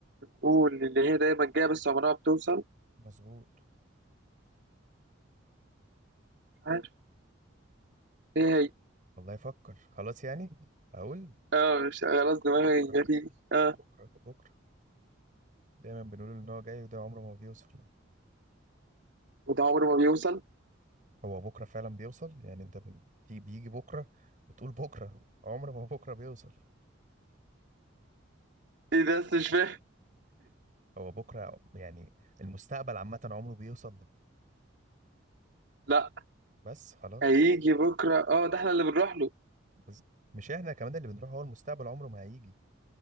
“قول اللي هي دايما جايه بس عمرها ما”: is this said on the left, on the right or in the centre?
Right